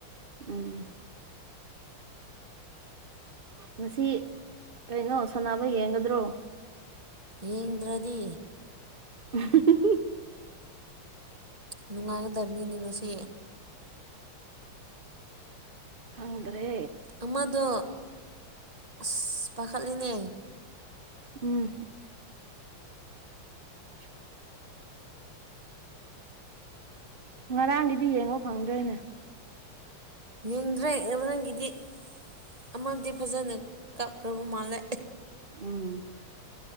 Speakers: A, on the right (about 65°); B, on the right (about 20°).
A: ꯎꯝ ꯉꯁꯤ ꯀꯩꯅꯣ ꯁꯣꯅꯕ ꯌꯦꯡꯒꯗ꯭ꯔꯣ
B: ꯌꯦꯡꯗ꯭ꯔꯗꯤ
A: ꯎ
B: ꯅꯨꯡꯉꯥꯏꯒꯗꯕꯅꯤꯅ‌ꯦ ꯉꯁꯤ
A: ꯈꯪꯗ꯭ꯔꯦ
B: ꯑꯃꯗꯣ ꯑꯁ ꯄꯥꯈꯠꯂꯤꯅꯦ
A: ꯎꯝ <inaudible> ꯉꯔꯥꯡꯒꯤꯗꯤ ꯌꯦꯡꯕ ꯐꯪꯗ꯭ꯔꯦꯅꯦ
B: ꯌꯦꯡꯗ꯭ꯔꯦ ꯅꯪꯒꯤꯗꯤ ꯑꯃꯗꯤ ꯐꯖꯅ ꯀꯥꯞꯈ꯭ꯔꯕ ꯃꯥꯜꯂꯦ
A: ꯎꯝ